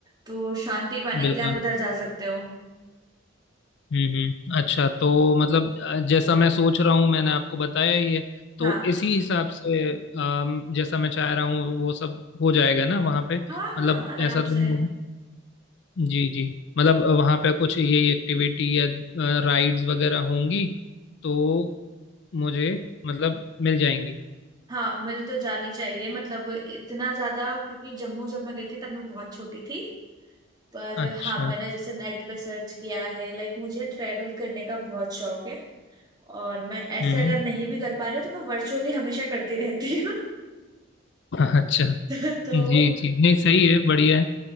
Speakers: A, on the right; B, on the left.
A: तो शांति पाने
B: बिल्कुल
A: के लिए आप उधर जा सकते हो
B: हम्म हम्म अच्छा तो मतलब अ, जैसा मैं सोच रहा हूँ मैंने आपको बताया ही है तो
A: हाँ
B: इसी हिसाब से अम, जैसा मैं चाह रहा हूँ वो सब हो जाएगा ना वहाँ पे मतलब
A: हाँ हाँ आराम
B: ऐसा तो
A: से
B: नहीं हो जी जी मतलब वहाँ पे कुछ यही एक्टिविटी या राइड्स वगैरह होंगी तो मुझे मतलब मिल जाएंगी
A: हाँ मिल तो जानी चाहिए मतलब इतना ज्यादा क्योंकि जम्मू जब मैं गई थी तब मैं बहुत छोटी थी पर
B: अच्छा
A: हाँ मैंने जैसे नेट पे सर्च किया है लाइक मुझे ट्रैवल करने का बहुत शौक है और मैं ऐसे
B: हम्म
A: अगर नहीं भी कर पा रही हूँ तो मैं वर्चुअली हमेशा करती रहती हूँ
B: अच्छा
A: <laughs> तो
B: जी जी नहीं सही है बढ़िया है